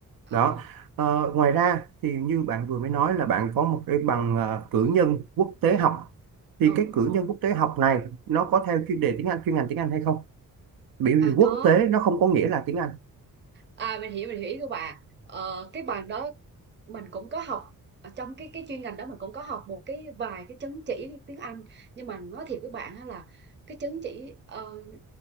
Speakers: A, on the right (about 75°); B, on the right (about 30°).
A: đó
B: à
A: Ờ,
B: ừ
A: ngoài ra thì như bạn vừa mới nói là bạn có một cái bằng ờ, cử nhân quốc tế học
B: ừ
A: thì cái
B: đúng
A: cử
B: rồi
A: nhân quốc tế học này nó có theo chuyên đề tiếng Anh chuyên ngành tiếng Anh hay không bởi vì
B: à
A: quốc
B: có
A: tế nó không có nghĩa là tiếng Anh
B: à mình hiểu mình hiểu ý của bạn ờ, cái bằng đó mình cũng có học ở trong cái cái chuyên ngành đó mình cũng có học một cái vài cái chứng chỉ tiếng Anh nhưng mà nói thiệt với bạn á là cái chứng chỉ ờ,